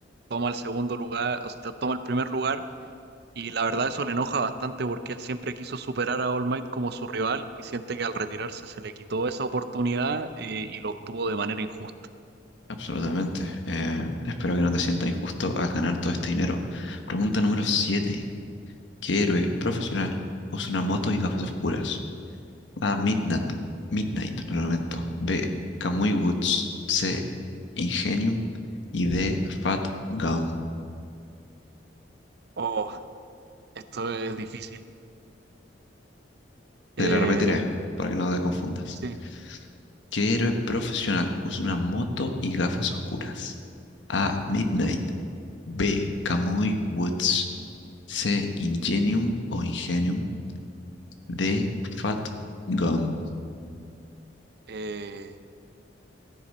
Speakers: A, on the right; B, on the left.
A: toma el segundo lugar, o sea, toma el primer lugar, y la verdad eso le enoja bastante porque él siempre quiso superar a All Might como su rival y siente que al retirarse se le quitó esa oportunidad eh, y lo obtuvo de manera injusta.
B: Absolutamente. Eh, espero que no te sientas injusto al ganar todo este dinero. Pregunta número siete ¿Qué héroe profesional usa una moto y gafas oscuras? A. Midnight. Midnight, lo lamento. B. Kamui Woods. C. Ingenium. Y D. Fat Gum.
A: Oh, esto es difícil.
B: Te
A: Eh,
B: la repetiré para que no te confundas.
A: sí.
B: ¿Qué héroe profesional usa una moto y gafas oscuras? A. Midnight. B. Kamui Woods. C. Ingenium o Ingenium. de Fat Gum.
A: eh,